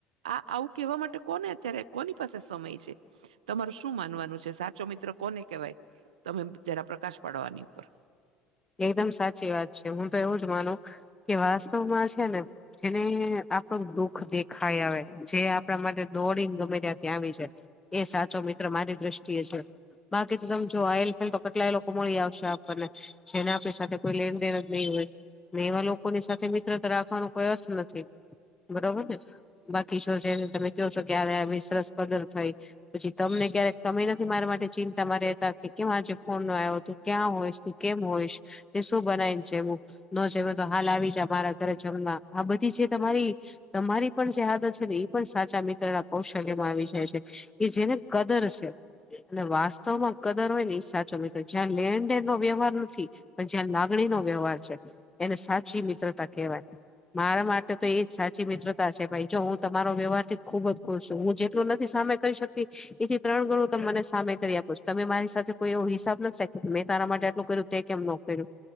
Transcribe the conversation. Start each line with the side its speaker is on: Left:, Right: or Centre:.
Right: આ આવું કવા માટે કોને અત્યારે કોની પાસે સમય છે. તમારું શું માનવાનું છે સાચો મિત્ર કોને કવાય તમે જરા પ્રકાશ પાડવાની ઉપર?
Left: એકદમ સાચી વાત છે હું તો એવું જ માનું કે વાસ્તવમાં છે ને જેને આપણું દુઃખ દેખાય આવે જે આપણા માટે દોડીને ગમે ત્યાં ત્યાં આવી જાએ એ સાચો મિત્ર મારી દ્રષ્ટિએ છે. બાકી તો તમે જો આલ ફેલ તો કેટલાય લોકો મળી આવશે આપણને છેને આપી સાથે કોઈ લેનદેન જ નહીં હોય. ને એવા લોકોની સાથે મિત્રતા રાખવાનો કોઈ અર્થ નથી બરોબર ને? બાકી જો છે એને તમે કહો છો કે સરસ કદર થઈ પછી તમને ક્યારેક તમે નથી મારા માટે ચિંતા માં રેહતા કે કેમ આજ ફોન નો આવ્યો હતો ક્યાં હોય કેમ હોયશ તે શું બનાવ્યું છે એવું? ન જામ્યો તો હાલ આવી જા મારા ઘરે જમવા, આ બધી જે તમારી તમારી પણ જે આદત છે ને, એ પણ સાચા મિત્રના કૌશલ્યમાં આવી જાય છે, કે જેને કદર છે. અને વાસ્તવ માં કદર હોય ને એ સાચો મિત્રો, જ્યાં લેણદેણનો વ્યવહાર નથી, પણ જ્યાં લાગણી નો વ્યવહાર છે, એને સાચી મિત્રતા કહેવાય. મારા માટે તો એજ સાચી મિત્રતા છે ભાઈ, જો હું તમારો વ્યવહાર થી ખુબ જ ખુશ છું, હું જેટલું નથી સામે કહી શકી એથી ત્રણ ગણું તમ મને સામે કરી આપો છો, તમે મારી સાથે કોઈ એવો હિસાબ નથી રાખ્યો, કે મેં તારા માટે આટલું કર્યું તે કેમ નો કર્યું?